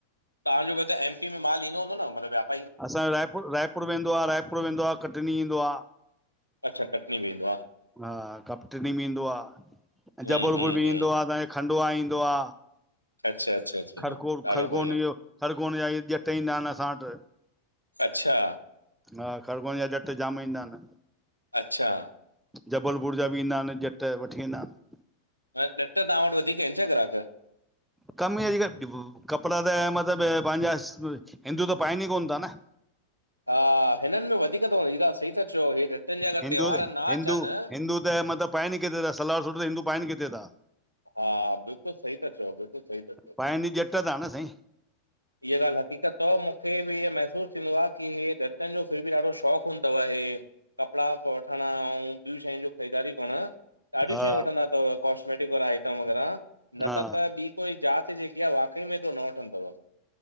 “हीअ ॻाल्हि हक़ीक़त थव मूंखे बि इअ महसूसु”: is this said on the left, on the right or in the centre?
Right